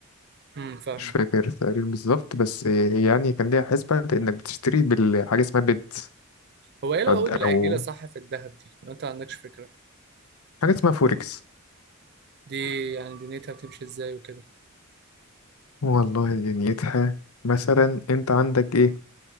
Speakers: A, on the right; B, on the left.
A: امم فاهم
B: مش فاكر تقريبا بالظبط بس يعني كان ليها حسبة إنك بتشتري بالحاجة اسمها بت
A: هو إيه العقود
B: أو
A: الآجلة
B: أو
A: صح في الذهب دي؟ أنت ما عندكش فكرة
B: حاجة اسمها فوركس
A: دي يعني دنيتها بتمشي ازاي وكده
B: والله دنيتها مثلا أنت عندك إيه